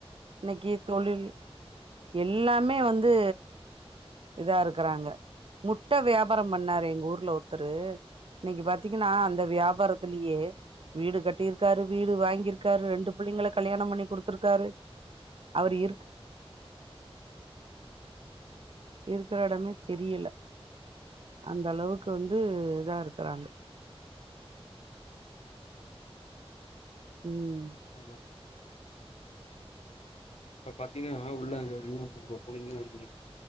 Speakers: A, on the right; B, on the left.
A: இன்னைக்கு தொழில் எல்லாமே வந்து இதா இருக்கறாங்க முட்ட வியாபாரம் பண்ணாரு எங்க ஊர்ல ஒருத்தரு இன்னைக்கு பாத்தீங்கன்னா அந்த வியாபாரத்திலயே வீடு கட்டியிருக்காரு வீடு வாங்கிருக்காரு ரெண்டு புள்ளங்கள கல்யாணம் பண்ணி குடுத்துருக்காரு அவரு இருக் இருக்குற இடமே தெரியில அந்த அளவுக்கு வந்து இதா இருக்கறாங்க ம்
B: அத இப்ப பாத்தீங்கன்னா உள்ளங்க ரு போனீங்கன்னா வைங்க